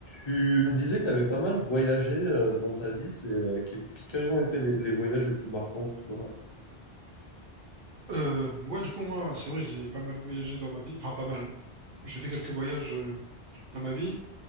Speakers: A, on the left (about 35°); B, on the right (about 65°).
A: Tu me disais que tu avais pas mal voyagé euh, dans ta vie. C'est, euh, que- que- quels ont été les, les voyages les plus marquants pour toi?
B: Euh, ouais, du coup, moi, c'est vrai, j'ai pas mal voyagé dans ma vie. Enfin, pas mal. J'ai fait quelques voyages euh, dans ma vie.